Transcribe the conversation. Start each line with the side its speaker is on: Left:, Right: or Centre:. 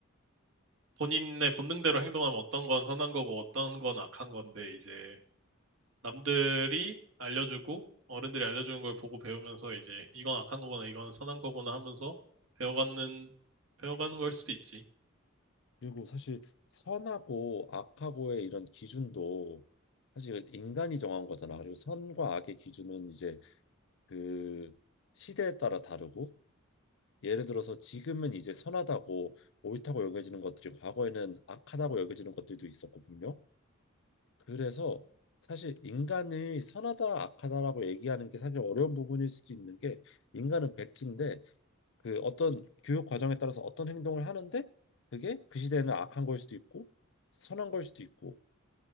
Right: 본인의 본능대로 행동하면 어떤 건 선한 거고 어떤 건 악한 건데 이제 남들이 알려주고 어른들이 알려주는 걸 보고 배우면서 이제 이건 악한 거구나 이건 선한 거구나 하면서 배워가는, 배워가는 걸 수도 있지.
Left: 그리고 사실 선하고 악하고의 이런 기준도 사실 인간이 정한 거잖아 그리고 선과 악의 기준은 이제 그 시대에 따라 다르고 예를 들어서 지금은 이제 선하다고 옳다고 여겨지는 것들이 과거에는 악하다고 여겨지는 것들도 있었고 분명. 그래서 사실 인간이 선하다 악하다라고 얘기하는 게 사실 어려운 부분일 수도 있는 게 인간은 백지인데 그 어떤 교육 과정에 따라서 어떤 행동을 하는데 그게 그 시대에는 악한 걸 수도 있고 선한 걸 수도 있고